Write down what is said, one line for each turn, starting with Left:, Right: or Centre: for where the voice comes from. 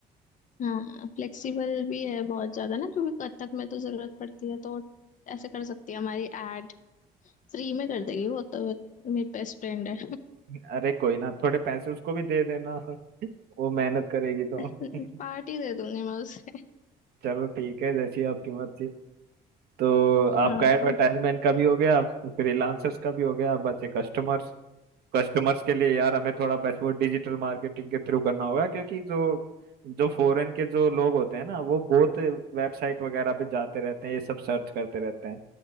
Left: हाँ फ्लेक्सिबल भी है बहुत ज्यादा ना क्योंकि कथक में तो जरूरत पड़ती है तो ऐसे कर सकती है हमारी एड फ्री में कर देगी वो तो मेरी बेस्ट फ्रेंड है
Right: <laughs> अरे कोई ना थोड़े पैसे उसको भी दे देना वो मेहनत करेगी तो
Left: <laughs>
Right: <laughs>
Left: पार्टी दे दूंगी मैं उसे
Right: चलो ठीक है जैसी आपकी मर्जी तो आपका
Left: हाँ
Right: एडवर्टाइजमेंट का भी हो गया फ्रीलांसर्स का भी हो गया अब बचे कस्टमर्स कस्टमर्स के लिए यार हमें थोड़ा बेस्ट वो डिजिटल मार्केटिंग के थ्रू करना होगा क्योंकि जो जो फॉरेन के जो लोग होते हैं ना वो बहुत वेबसाइट वगैरह पे जाते रहते हैं ये सब सर्च करते रहते हैं